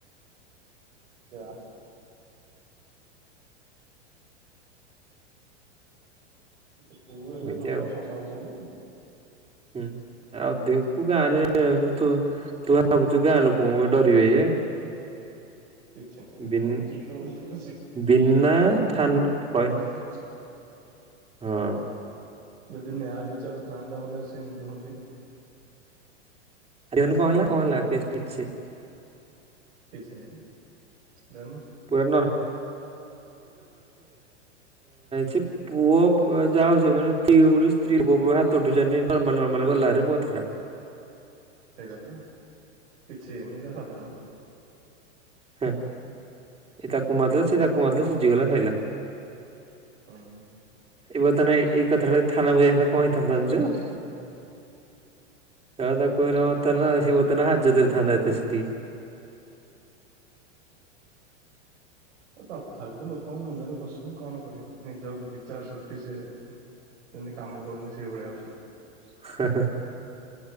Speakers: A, on the right; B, on the right.
A: ଯାହା ହଉ। ତୁ ହେଲେ
B: ଏମିତି
A: ଲୋକ
B: ଆଉ।
A: ସମ୍ଭାଳୁଛନ୍ତି।
B: ହୁଁ ଆଉ ଦେଖୁ ଗାଁ ରେ ତୁ ଭାବୁଛୁ ଗାଁ ଲୋକଙ୍କୁ ଡରିବେ ଇଏ।
A: <unintelligible>
B: ବିନ୍ ବିନା ଥାନ କହି ହଁ।
A: ଯଦି ନ୍ୟାୟ ବିଚାର ଥାଆନ୍ତା ବଲେ ସେ ଏମିତି ହୁଅନ୍ତେ କି?
B: <unintelligible>
A: କିଛି ନହିଁ ଯାଉନୁ।
B: <unintelligible> ହଁ ସେ ପୁଅ ଯାହା ହଉଛି ମାନେ ସ୍ତ୍ରୀ ଗୋଟେ ସ୍ତ୍ରୀ ବୁହା ତୋଟୁ ନର୍ମାଲ ନର୍ମାଲ ଗଲାରେ ପଥଟା।
A: ସେଇଟା ପୁରା କିିଛି ହେଇନି ଏଇଟା ସାଧାରଣ କଥା।
B: ହଁ ଏଇ ତାକୁ ମାରିଦଉଚି ସେ ତାକୁ ମାରିଦଉଚି ସୁଝିଗଲା ସଇଲା।
A: ହଁ।
B: ଏ ବର୍ତ୍ତମାନ ଏଇ କଥାଟା ଥାନାକୁ ଯାଇଥାନ୍ତା କ ହେଇଥନ୍ତା ଜାଣିଚୁ। <unintelligible>
A: ତଥାପି ତ ଲୋକଙ୍କ ମୁଣ୍ଡରେ ପସ ସେ କଣ କରିବେ ନିଜ ବିଚାର ଶକ୍ତି ସେ ଯେମିତି କାମ କରୁନି ସେଇଭଳିଆ।
B: <unintelligible>